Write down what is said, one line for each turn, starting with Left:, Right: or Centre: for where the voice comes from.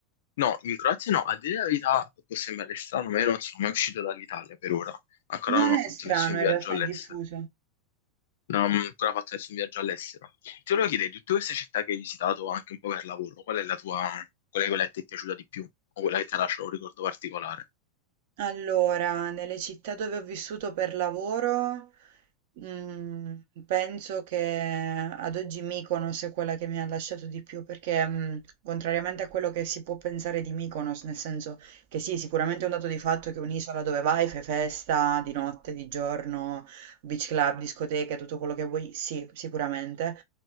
Left: No, in Croazia no, a dire la verità può sembrare strano, ma io non sono mai uscito dall'Italia per ora. Ancora
Right: Non
Left: non
Right: è
Left: ho fatto
Right: strano,
Left: nessun viaggio
Right: in realtà
Left: all'estero.
Right: è diffuso.
Left: Non ho ancora fatto nessun viaggio all'estero. Ti volevo chiedere, di tutte queste città che hai visitato anche un po' per lavoro, qual è la tua, qual è quella che ti è piaciuta di più? O quella che ti ha lasciato un ricordo particolare?
Right: Allora, nelle città dove ho vissuto per lavoro, mm, penso che ad oggi Mykonos è quella che mi ha lasciato di più, perché mm, contrariamente a quello che si può pensare di Mykonos, nel senso che sì, sicuramente è un dato di fatto che è un'isola dove vai, fai festa di notte, di giorno, beach club, discoteche, tutto quello che vuoi, sì, sicuramente.